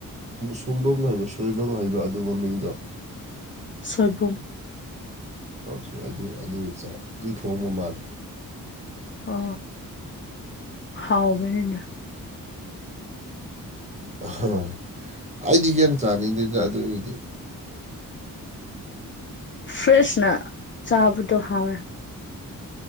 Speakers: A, on the right; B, on the left.
A: ꯁꯣꯏꯕ ꯍꯥꯏꯕ ꯁꯣꯏꯕꯨꯡ ꯍꯥꯏꯕ꯭ꯔꯥ ꯑꯗꯨ ꯃꯃꯤꯡꯗꯣ
B: ꯁꯣꯏꯕꯨꯝ
A: ꯑ ꯑꯗꯨ ꯑꯗꯨ ꯑꯗꯨ ꯊꯣꯡꯕ ꯃꯥꯂꯦ
B: ꯑ ꯍꯥꯎꯕꯅꯤꯅ
A: ꯍꯣꯏ ꯑꯩꯗꯤ ꯌꯥꯝ ꯆꯥꯅꯤꯡꯗꯦꯗ ꯑꯗꯨ ꯑꯣꯏꯕꯗꯤ
B: ꯐ꯭ꯔꯦꯁ ꯅ ꯆꯥꯕꯗꯣ ꯍꯋꯦ